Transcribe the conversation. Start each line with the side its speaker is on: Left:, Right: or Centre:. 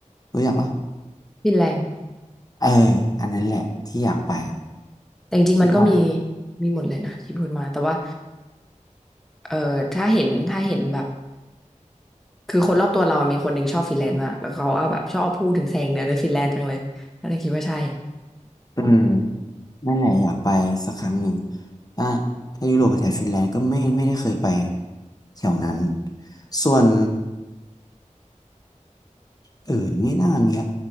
Left: รู้จักป่ะ
Centre: ฟินแลนด์
Left: เอออันนั้นแหละที่อยากไป
Centre: แต่จริงๆมันก็มี
Left: คิดว่า
Centre: มีหมดเลยนะที่พูดมาแต่ว่าเออถ้าเห็นถ้าเห็นแบบคือคนรอบตัวเราอะมีคนหนึ่งชอบฟินแลนด์มากแล้วเขาเอาแบบชอบพูดถึงแสงเหนือในฟินแลนด์จังเลยก็เลยคิดว่าใช่
Left: อืมนั่นแหละอยากไปสักครั้งหนึ่งถ้าถ้ายุโรปกับแถบฟินแลนด์ก็ไม่ไม่ได้เคยไปแถวนั้นส่วน เออไม่น่ามีครับ